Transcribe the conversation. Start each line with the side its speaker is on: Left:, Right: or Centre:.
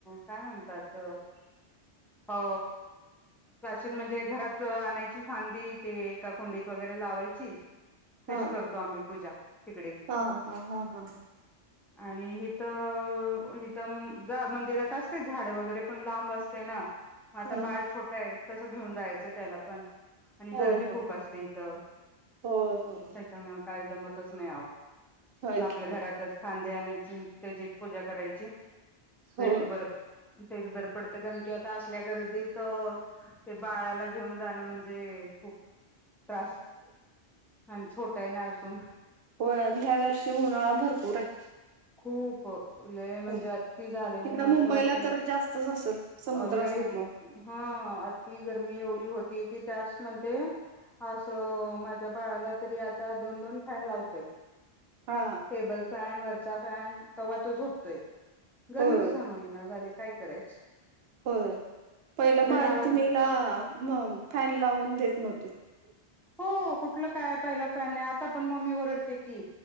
Centre: काय म्हणतात अ वाचन म्हणजे घरात आणायची फांदी ते एका कोुंडीत वगैरे लावायची.
Right: हा
Centre: तशी करतो आम्ही पूजा तिकडे.
Right: हा हा हा हा हा.
Centre: आणि हथं इथ मंदिरात असते झाड वगैरे, पण लांब असते नाग आता
Right: हम्म
Centre: बाळ छोटं आहे कसं घेऊन जायचं त्याला पण. आणि
Right: हो
Centre: गर्दी
Right: हो
Centre: खूप असते इथ
Right: होय होय
Centre: त्याच्यामु काय जमतच नाही आवं.
Right: होय
Centre: आपल्या
Right: की हो
Centre: घरातच फांदीे आणायची त्याची पूजा करायची.
Right: हो
Centre: तेच बर तेच बर पडत कारण की आता असल्या गर्दीत. ते बाळाला घेऊन जाणं म्हणजे खूप, त्रास आणि छोटा आहे ना अजून.
Right: हो आणि ह्या वर्षी उन्हाळा भरपूर आहे.
Centre: खूप लय म्हणजे
Right: हो
Centre: अ ति झाले ऊन
Right: तिकडं
Centre: म्हंजे
Right: मुंबईला
Centre: असं वाटत
Right: तर जास्तच असेल समुद्र
Centre: लय
Right: असल्यामुळे
Centre: हा आतीब गर्मी एवढी होतीय की त्याच म्हधे. असं माझ्या बाळाला तरी आता दोन दोन फॅन लावतोय.
Right: हा.
Centre: टेबल फॅन वरचा फॅन ते्हा तो झोपतोय गरमी
Right: होय
Centre: सण होईना झालि. काय करायच.
Right: होय पहिलं बाळतीिला
Centre: गावा
Right: फॅन लावून देत नव्हती.
Centre: हो कुठलं काय पहिला फॅन नाही आता पण मम्मी रडते की